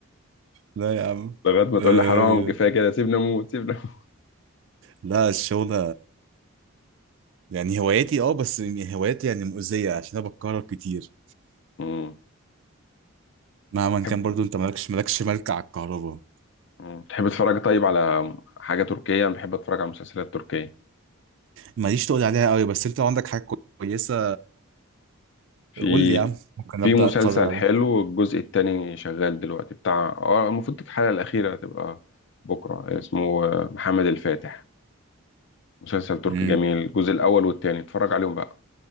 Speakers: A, on the right; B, on the left.
A: لا يا عم
B: لغاية ما تقول
A: أه
B: لي حرام كفاية كده سيبنا أموت سيبنا أموت
A: لا الشغل يعني هواياتي اه بس هواياتي يعني مؤذية عشان انا بتكهرب كتير
B: مم.
A: مهما
B: تحب
A: كان برضو انت مالكش مالكش ملك على الكهرباء
B: مم. تحب تتفرج طيب على حاجة تركية أنا بحب أتفرج على مسلسلات تركية
A: ماليش تقول عليها قوي بس انت لو عندك حاجة كويسة
B: في
A: قول لي يا عم ممكن
B: في
A: ابدأ
B: مسلسل
A: اتفرج عليها
B: حلو الجزء التاني شغال دلوقتي بتاع اه المفروض الحلقة الأخيرة تبقى بكرة اسمه آه، محمد الفاتح مسلسل تركي
A: امم
B: جميل الجزء الأول والتاني اتفرج عليهم بقى